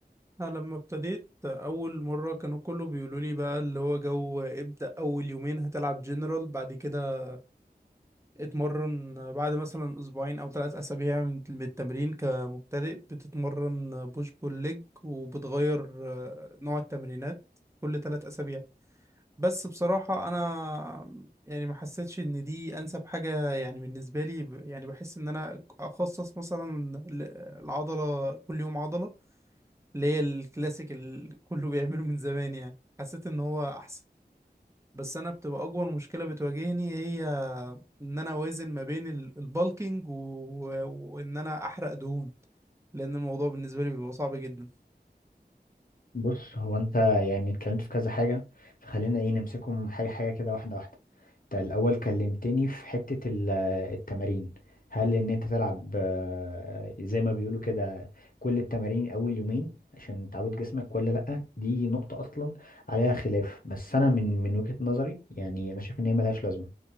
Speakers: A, on the right (about 15°); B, on the left (about 55°).
A: أنا لما ابتديت أول مرة كانوا كله بيقولوا لي بقى اللي هو جو ابدأ أول يومين هتلعب جنرال بعد كده اتمرن بعد مثلا أسبوعين أو ثلاث أسابيع من من التمرين كمبتدئ بتتمرن بوش بول ليج وبتغير آه، نوع التمرينات كل ثلاث أسابيع بس بصراحة أنا يعني ما حسيتش إن دي أنسب حاجة يعني بالنسبة لي يعني بحس إن أنا أخصص مثلا العضلة كل يوم عضلة اللي هي الكلاسيك اللي كله بيعمله من زمان يعني حسيت ان هو احسن بس انا بتبقى اكبر مشكلة بتواجهني هي ان انا اوازن ما بين ال- البالكينج و... وان انا احرق دهون لان الموضوع بالنسبة لي بيبقى صعب جدا
B: بص هو انت يعني اتكلمت في كذا حاجة فخلينا ايه نمسكهم حاجة حاجة كده واحدة واحدة انت الأول كلمتني في حتة ال- آه، التمارين هل ان انت تلعب آه، زي ما بيقولوا كده كل التمارين اول يومين عشان تعود جسمك ولا لأ دي نقطة اصلا عليها خلاف بس انا من من وجهة نظري يعني انا شايف ان هي ملهاش لازمة